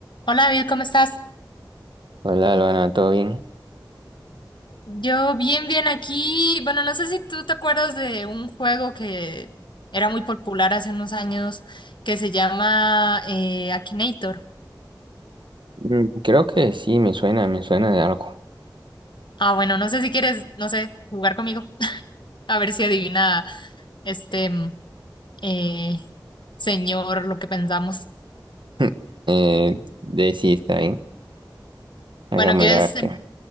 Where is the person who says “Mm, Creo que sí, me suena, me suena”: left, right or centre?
Right